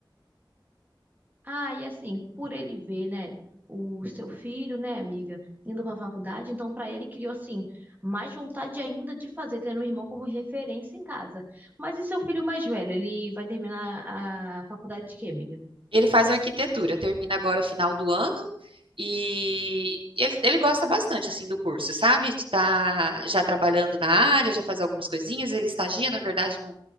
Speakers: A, on the right; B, on the right.
A: Ah, e assim, por ele ver, né, o seu filho, né, amiga, indo para a faculdade, então para ele criou assim mais vontade ainda de fazer, tendo um irmão como referência em casa. Mas e seu filho mais velho, ele vai terminar a faculdade de quê, amiga?
B: Ele faz arquitetura, termina agora final do ano e ele, ele gosta bastante assim do curso, sabe? Tá já trabalhando na área, já faz algumas coisinhas, ele estagia, na verdade, num,